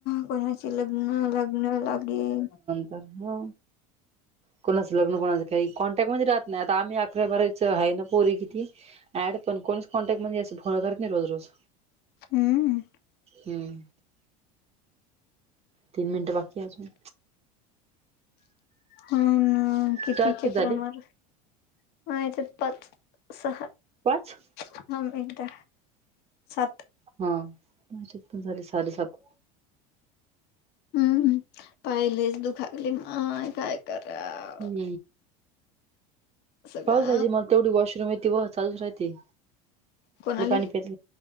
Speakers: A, on the left; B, on the right.
A: कोणाचे लग्न लग्न लागेल.
B: हा. कोणाचं लग्न, कोणाचं काही कॉन्टॅक्ट मध्ये राहत नाही. आता आम्ही अकरावी बारावीच आहे ना. पोरी किती ऍड पण कोणच कॉन्टॅक्ट मधी असलं फोन करत नाही रोज रोज.
A: हम्म
B: हम्म, तीन मिनटं बाकी हाय अजून.
A: हो ना. किती
B: चार
A: चकरा
B: झाले
A: मारल्या. मग नाहीतर पाच सहा.
B: पाच
A: थांब एकदा सात
B: हा. माझ्यात पण झाले साडे सात.
A: हम्म हम. पाय लईच दुखाय लागले माय काय कराव.
B: हम्म
A: सगळा
B: म्हणजे मग तेवढी वॉशरूम आहेत. तेव्हा चालूच राहते.
A: कोणाले
B: कुठलं पाणी प्यायच